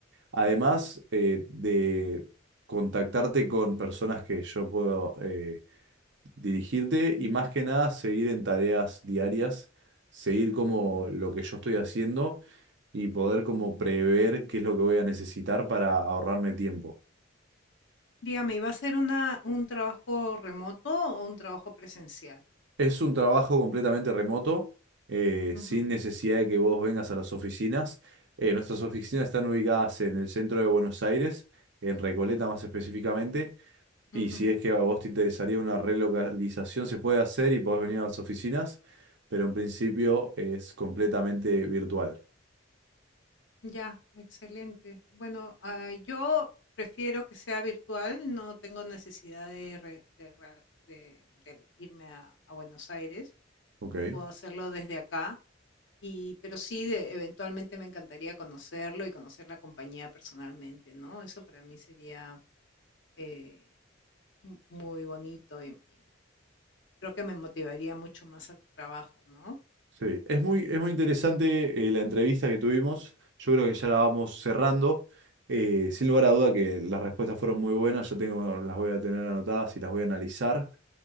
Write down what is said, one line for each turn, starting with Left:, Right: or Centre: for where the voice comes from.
Right: además eh, de contactarte con personas que yo puedo... eh, dirigirte y más que nada seguir en tareas diarias, seguir como lo que yo estoy haciendo y poder como prever qué es lo que voy a necesitar para ahorrarme tiempo.
Left: Dígame, ¿iba a ser una, un trabajo remoto o un trabajo presencial?
Right: Es un trabajo completamente remoto, eh,
Left: Ujú,
Right: sin necesidad de que vos vengas a las oficinas. Eh, nuestras oficinas están ubicadas en el centro de Buenos Aires, en Recoleta más específicamente,
Left: ujú.
Right: Y si es que a vos te interesaría una relocalización, se puede hacer y podés venir a las oficinas, pero en principio es completamente virtual.
Left: Ya, excelente. Bueno, ah, yo prefiero que sea virtual, no tengo necesidad de, re- de realo- de- de irme a, a Buenos Aires,
Right: Ok.
Left: puedo hacerlo desde acá. Y, pero sí, de eventualmente me encantaría conocerlo y conocer la compañía personalmente, ¿no? Eso para mí sería eh, m- muy bonito y, y creo que me motivaría mucho más al trabajo, ¿no?
Right: Sí, es muy, es muy interesante eh, la entrevista que tuvimos. Yo creo que ya la vamos cerrando. Eh, sin lugar a duda que las respuestas fueron muy buenas. Yo tengo, bueno, las voy a tener anotadas y las voy a analizar.